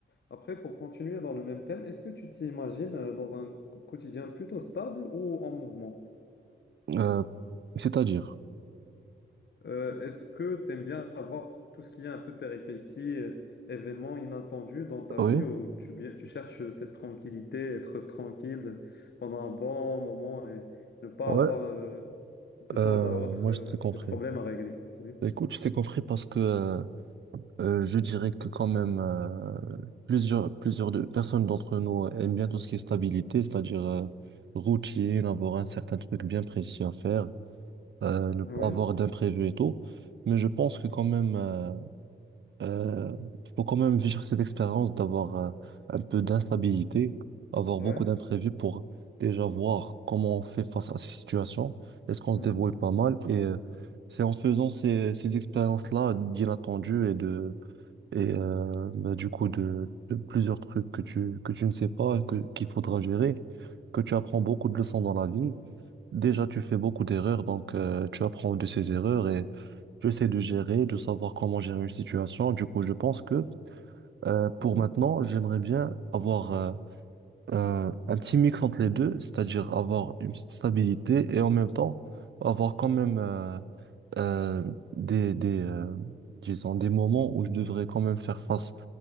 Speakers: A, on the left; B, on the right.
A: après, pour continuer dans le même thème, est-ce que tu t'imagines euh, dans un quotidien plutôt stable ou en mouvement?
B: Euh, c'est-à-dire,
A: Euh, est-ce que tu aimes bien avoir tout ce qui est un peu péripéties, euh, événements inattendus dans ta
B: oui,
A: vie où tu, bien, tu cherches cette tranquillité, être tranquille pendant un bon moment et ne pas
B: Ouais.
A: avoir euh, de temps
B: euh,
A: à autre
B: moi
A: euh,
B: je t'ai compris.
A: des problèmes à régler? Oui.
B: Écoute, je t'ai compris parce que euh, Euh, je dirais que quand même euh, plusieurs plusieurs de personnes d'entre nous aiment bien tout ce qui est stabilité, c'est-à-dire euh, routine, avoir un certain truc bien précis à faire, euh, ne pas
A: Oui,
B: avoir d'imprévus et tout. Mais je pense que quand même euh, euh, faut quand même vivre cette expérience d'avoir euh, un peu d'instabilité, avoir
A: ouais.
B: beaucoup d'imprévus pour déjà voir comment on fait face à ces situations, est-ce qu'on
A: Mhm.
B: se débrouille pas mal et euh, c'est en faisant ces, ces expériences-là d'inattendues et de et euh, bah, du coup de, de plusieurs trucs que tu, que tu ne sais pas et que, qu'il faudra gérer, que tu apprends beaucoup de leçons dans la vie. Déjà, tu fais beaucoup d'erreurs, donc euh, tu apprends de ces erreurs et tu essaies de gérer, de savoir comment gérer une situation. Du coup, je pense que euh, pour
A: Mhm.
B: maintenant, j'aimerais bien avoir euh, un, un petit mix entre les deux, c'est-à-dire avoir une petite stabilité et en même temps avoir quand même euh, euh, des, des, euh, disons, des moments où je devrais quand même faire face